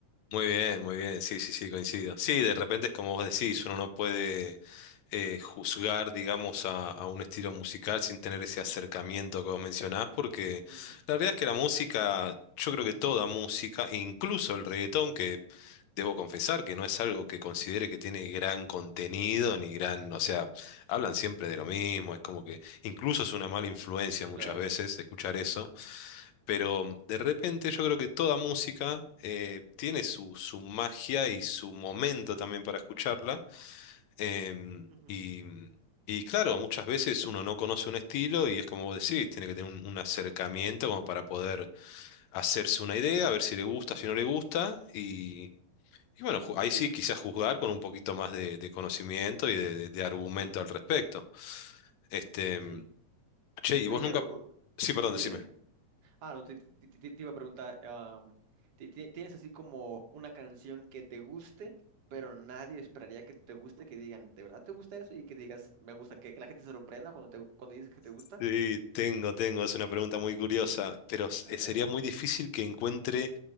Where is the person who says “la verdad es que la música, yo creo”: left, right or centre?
Left